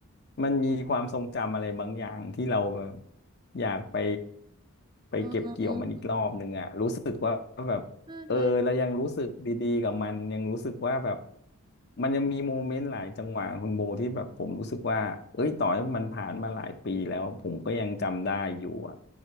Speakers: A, on the left; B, on the right.
A: มันมีความทรงจำอะไรบางอย่างที่เราแบบอยากไปไปเก็บเกี่ยวมันอีกรอบหนึ่งอ่ะรู้สึกว่า
B: อ๋อมากเลย
A: เออเรายังรู้สึกดีๆกับมันยังรู้สึกว่าแบบมันยังมีโมเมนต์หลายจังหวะคุณโบที่แบบผมรู้สึกว่าเอ้ยต่อให้มันผ่านมาหลายปีแล้วผมก็ยังจำได้อยู่อ่ะ